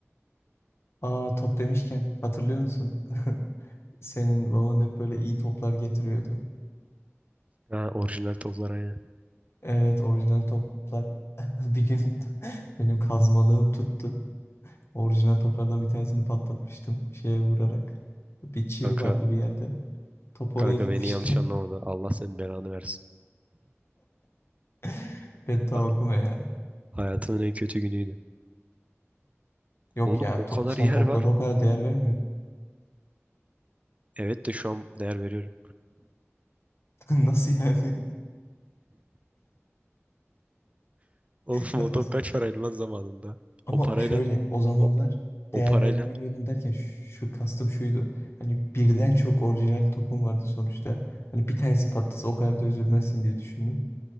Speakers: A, on the left; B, on the right.
A: Aa top demişken hatırlıyor musun? <laughs> Senin baban hep böyle iyi toplar getiriyordu.
B: Ha, orijinal toplar aynen.
A: Evet orijinal toplar. <laughs> Bir gün <laughs> benim kazmalığım tuttu. Orijinal toplardan bir tanesini patlatmıştım şeye vurarak. Bir çivi
B: Kanka,
A: vardı bir yerde. Top
B: kanka
A: oraya gitmişti.
B: beni yanlış anlamadı. Allah senin belanı versin.
A: <laughs> Beddua
B: Ha-
A: okuma ya.
B: Hayatımın en kötü günüydü.
A: Yok
B: Oğlum
A: ya
B: o kadar
A: to- sen
B: yer
A: toplara
B: var.
A: o kadar değer vermiyordun.
B: Evet de şu an değer veriyorum.
A: <laughs> Nasıl yani? <laughs>
B: <laughs> Oğlum
A: Ya
B: o top
A: o z-
B: kaç paraydı lan zamanında?
A: ama
B: O parayla
A: şöyle o zamanlar
B: o, o
A: değer
B: parayla
A: vermiyordum derken şu kastım şuydu. Hani birden çok orijinal topum vardı sonuçta. Hani bir tanesi patlasa o kadar da üzülmezsin diye düşündüm.